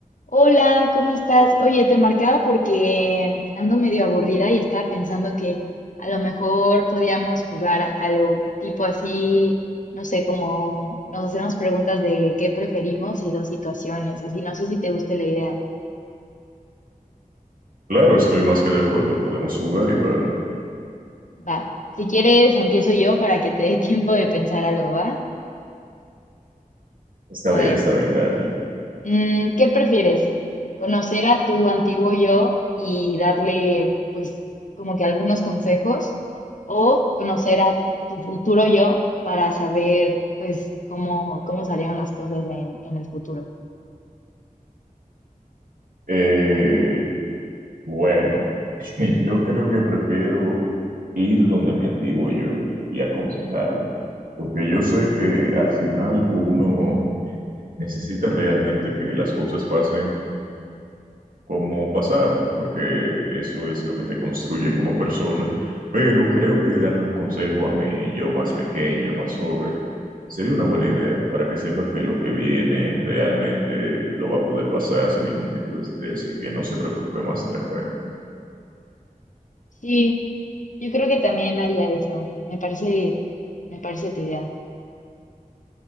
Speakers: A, on the left; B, on the right.
A: Hola, ¿cómo estás? Oye, te marcaba porque ando medio aburrida y estaba pensando que a lo mejor podíamos jugar algo tipo así, no sé, como nos hacemos preguntas de qué preferimos y dos situaciones, así, no sé si te guste la idea.
B: Claro, estoy más que de acuerdo. Podemos jugar, Ivana.
A: Va, si quieres empiezo yo para que te dé <laughs> tiempo de pensar algo, ¿va?
B: Está
A: A
B: bien,
A: ver,
B: está bien, darle.
A: Mm, ¿qué prefieres? ¿Conocer a tu antiguo yo y darle, pues, como que algunos consejos? ¿O conocer a tu futuro yo para saber, pues, cómo, cómo salieron las cosas en, en el futuro?
B: Eh, bueno, <laughs> yo creo que prefiero ir donde mi antiguo yo y aconsejarlo, porque yo sé que al final uno necesita realmente que las cosas pasen cómo pasaron, porque eso es lo que te construye como persona, pero creo que darle un consejo a mí, yo más pequeño, más joven, sería una buena idea para que sepa que lo que viene realmente lo va a poder pasar sin ningún tipo de estrés y que no se preocupe más de la cuenta.
A: Sí, yo creo que también haría eso. Me parece, me parece tu idea.